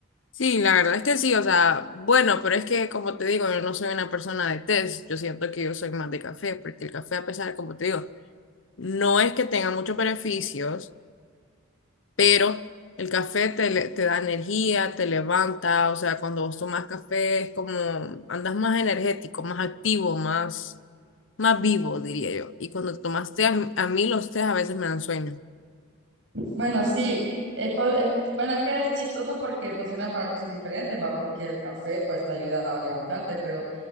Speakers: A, on the left; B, on the right.
A: Sí, la verdad es que sí, o sea, bueno, pero es que como te digo, yo no soy una persona de tés, yo siento que yo soy más de café, porque el café, a pesar, como te digo, no es que tenga muchos beneficios pero el café te, le- te da energía, te levanta, o sea, cuando vos tomas café es como andas más energético, más activo, más, más vivo, diría yo. Y cuando tomas té, a, a mí los tés a veces me dan sueño.
B: Bueno, sí, es, po- es- bueno, es que es chistoso porque funcionan para cosas diferentes, va, porque el café pues te ayuda a levantarte, pero